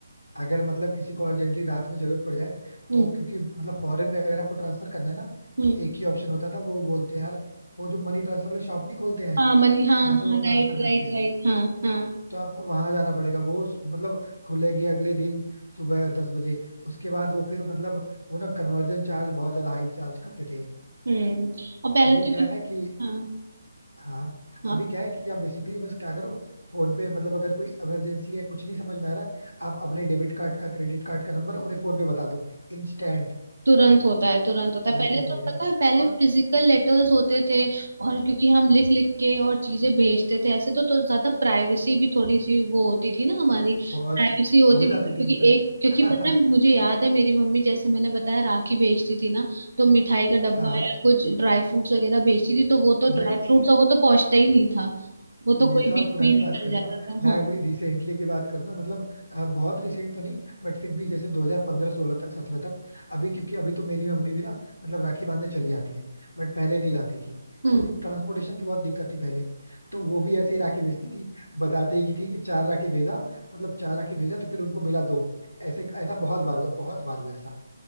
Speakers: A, on the left (about 75°); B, on the right (about 60°).
A: अगर मतलब किसी को अर्जेंटली रात में जरूरत पड़ जाए
B: हम्म
A: तो क्योंकि मतलब फॉरेन में अगर आपको ट्रांसफर करना है ना
B: हम्म
A: तो एक ही ऑप्शन होता था वो बोलते हैं यार वो जो मनी ट्रांसफर वाले शॉप नहीं खोलते हैं
B: हाँ मनी हाँ
A: जहाँ
B: हाँ
A: से वो ट्रांसफर
B: राइट
A: करते
B: राइट
A: हैं
B: राइट हाँ हाँ
A: तो आपको वहां जाना पड़ेगा वो स- मतलब खुलेगी अगले दिन सुबह दस बजे उसके बाद वो फिर मतलब वो ना कन्वर्जन चार्ज बहुत ज्यादा हाई चार्ज करते थे
B: हम्म और पहले
A: अभी
B: तो
A: क्या
B: जो
A: है कि
B: हाँ
A: हाँ
B: हाँ
A: अभी क्या है कि आप बेसिकली बस क्या करो फोन पे मतलब अगर कोई इमरजेंसी है कुछ नहीं समझ में आ रहा है आप अपने डेबिट कार्ड का क्रेडिट कार्ड का नंबर उन्हें फोन पे बता दो इंस्टेंट
B: तुरंत होता है तुरंत होता
A: सारी
B: है पहले
A: फैसिलिटी
B: तो पता है पहले
A: और
B: फिजिकल लेटर्स होते थे और क्योंकि हम लिख लिख के और चीजें भेजते थे ऐसे तो तो ज्यादा प्राइवेसी भी थोड़ी सी वो होती थी ना हमारी
A: बहुत
B: प्राइवेसी होती
A: हो जाती
B: नहीं थी
A: थी
B: क्योंकि
A: इनफैक्ट
B: एक क्योंकि
A: <laughs>
B: पता है मुझे याद है मेरी मम्मी जैसे मैंने बताया राखी भेजती थी ना तो मिठाई का डब्बा
A: हाँ
B: या कुछ ड्राई फ्रूट्स वगैरह भेजती थी तो वो तो
A: ये
B: ड्राई
A: चीजें
B: फ्रूट्स वो तो पहुंचता ही नहीं था वो तो
A: ये
B: कोई
A: तो
B: बीच
A: आप पुरानी
B: में ही निकल
A: बात कर रहे
B: जाता
A: हो ना
B: था
A: मैं
B: हाँ
A: अभी रिसेंटली की बात करूँ ना मतलब अ, बहुत रिसेंट तो नहीं बट फिर भी जैसे 2015-16 तक 17 तक अभी क्योंकि अभी तो मेरी मम्मी भी ना मतलब राखी बांधने चली जाती हैं बट पहले नहीं जाती थी
B: हम्म
A: क्योंकि ट्रांसपोर्टेशन की बहुत दिक्कत थी पहले तो वो भी ऐसे ही राखी भेजती थी बताते ही की थी कि चार राखी भेजा मतलब चार राखी भेजा तो फिर उनको मिला दो ऐसे ऐसा बहुत बार हुआ बहुत बार हुआ ऐसा